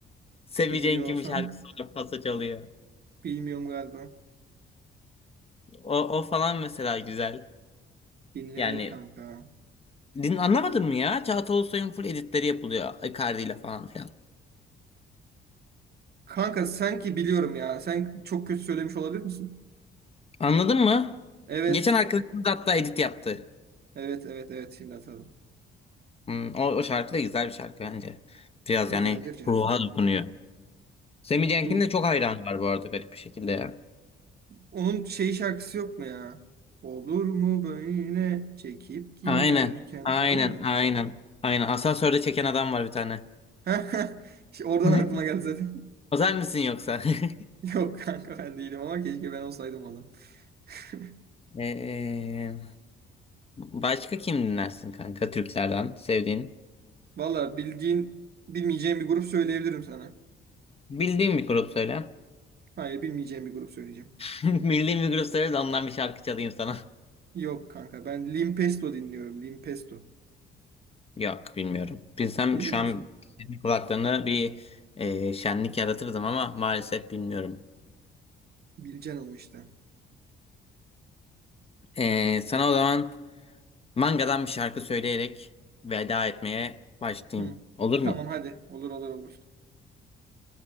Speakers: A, on the left; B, on the right.
A: Seveceğin
B: bilmiyor
A: kimi
B: olsam
A: şarkısı var pasa çalıyor.
B: Bilmiyorum galiba.
A: O, o falan mesela güzel.
B: Dinlenir
A: Yani
B: kanka.
A: din anlamadın mı ya? Çağatay Ulusoy'un full editleri yapılıyor. Icardi ile falan filan.
B: Kanka sanki biliyorum ya. Sen çok kötü söylemiş olabilir misin?
A: Anladın mı?
B: Evet.
A: Geçen arkadaşımız hatta edit yaptı.
B: Evet evet evet şimdi atalım.
A: Hmm, o, o şarkı da güzel bir şarkı bence. Biraz
B: Güzeldir
A: yani
B: canım.
A: ruha dokunuyor. Semih Cenk'in
B: Ruh.
A: de çok hayranı var bu arada garip bir şekilde ya.
B: Onun şey şarkısı yok mu ya? Olur mu böyle çekip giderken.
A: Aynen. Aynen.
B: O değil mi?
A: Aynen. Aynen. Asansörde çeken adam var bir tane.
B: <laughs> İşte Oradan
A: <laughs>
B: aklıma geldi zaten.
A: Özel misin yoksa? <laughs>
B: <laughs> Yok kanka ben değilim ama keşke ben olsaydım o adam. <laughs>
A: Ee, başka kim dinlersin kanka Türklerden sevdiğin?
B: Valla bildiğin bilmeyeceğim bir grup söyleyebilirim sana.
A: Bildiğin bir grup söyle.
B: Hayır bilmeyeceğim bir grup söyleyeceğim.
A: <laughs> Bildiğin bir grup söyle de ondan bir şarkı çalayım sana. <laughs>
B: Yok kanka ben Limp Bizkit dinliyorum. Limp Bizkit.
A: Yok bilmiyorum. Bilsem
B: Bilmiyor
A: şu an
B: musun?
A: senin kulaklarına bir e, şenlik yaratırdım ama maalesef bilmiyorum.
B: Bileceksin onu işte.
A: Ee, sana o zaman mangadan bir şarkı söyleyerek veda etmeye başlayayım.
B: Hı.
A: Olur
B: Tamam
A: mu?
B: hadi. Olur olur olur.